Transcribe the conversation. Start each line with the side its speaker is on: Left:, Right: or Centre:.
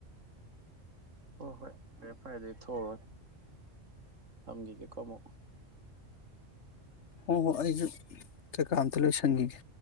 Right: ꯍ ꯍꯣꯏ ꯐꯦ ꯐꯥꯏꯗꯦ ꯊꯣꯛ ꯇꯝꯒꯤꯤ ꯀꯦ ꯀꯃꯣ
Left: ꯍ ꯍꯣ ꯑꯩꯁꯨ ꯇ ꯀ ꯀꯥꯟꯇ ꯂꯣꯏ ꯁꯪꯉꯒꯤ